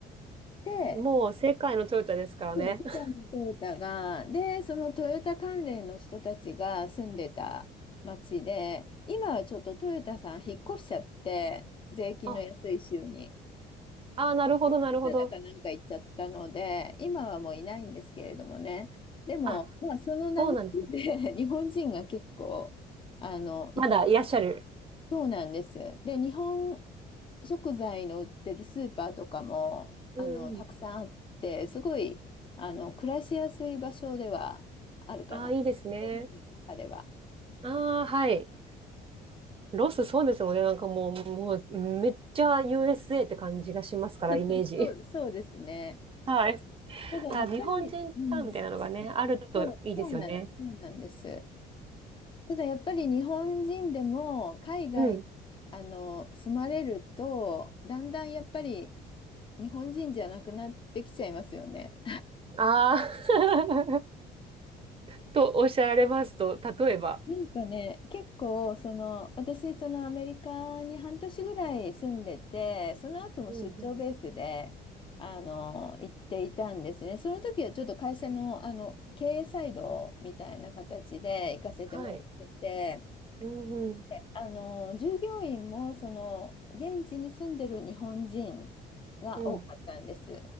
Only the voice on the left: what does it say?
て、
そう世界のトヨタが、
で、そのトヨタ関連の人たちが住んでた町で、今はちょっとトヨタさん引っ越しちゃって、税金の安い州に、
カナダかなんか行っちゃったので、今はもういないんですけれどもね。でも、
まあ、その流れで
<laughs> 日本人が結構、あの、
行っそうなんです。で、日本食材の売ってるスーパーとかも、
あの、たくさんあって、すごい、あの、暮らしやすい場所ではあるかな。
ロサンゼルスの中では。
<laughs>
そう、そうですね。
ただやっぱり、
うん、
そう、そうなんです。そうなんです。ただやっぱり日本人でも海外にあの住まれると、
だんだんやっぱり日本人じゃなくなってきちゃいますよね。
なんかね、結構、その、私、そのアメリカに半年ぐらい住んでて、その後も出張ベースで、
あの、行っていたんですね。その時はちょっと会社の、あの、経営サイドみたいな形で行かせてもらってて、
であの、従業員も、その、現地に住んでる日本人が多かったんです。